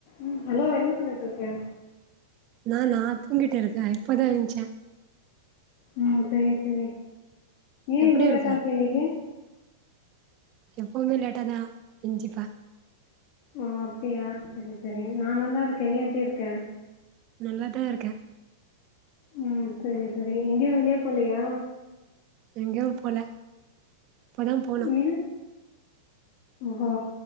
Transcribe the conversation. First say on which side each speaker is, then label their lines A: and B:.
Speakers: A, on the left; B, on the right.
A: ம் ஹலோ என்ன பண்ணிட்ருக்க
B: நானா தூங்கிட்டு இருக்கே இப்பதா எழுன்ச்சே
A: ம் சரி சரி ஏ
B: எப்டி
A: இவ்ளோ லேட்டாச்சு
B: இருக்க
A: இன்னக்கி
B: எப்பவுமே லேட்டா தா என்சிப்பே
A: ஓ அப்டியா சரி சரி நா நல்லாருக்கே நீ எப்டி இருக்க
B: நல்லாதா இருக்கே
A: ம் சரி சரி எங்கயு வெளிய போலயா
B: எங்கயு போல இப்பதா போனு
A: ஏ ஓஹோ